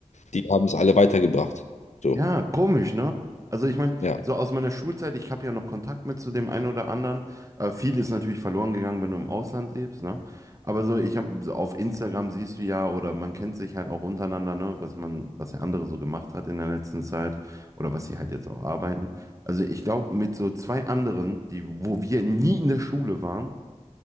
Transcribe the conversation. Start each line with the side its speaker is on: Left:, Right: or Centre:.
Left: die haben es alle weitergebracht. So,
Right: Ja, komisch, ne? Also ich meine,
Left: ja.
Right: so aus meiner Schulzeit, ich habe ja noch Kontakt mit zu dem einen oder anderen. Äh, viel ist natürlich verloren gegangen, wenn du im Ausland lebst, ne? Aber so, ich habe so auf Instagram siehst du ja, oder man kennt sich halt auch untereinander, ne, was man, was der andere so gemacht hat in der letzten Zeit oder was sie halt jetzt auch arbeiten. Also ich glaube, mit so zwei anderen, die, wo wir nie in der Schule waren,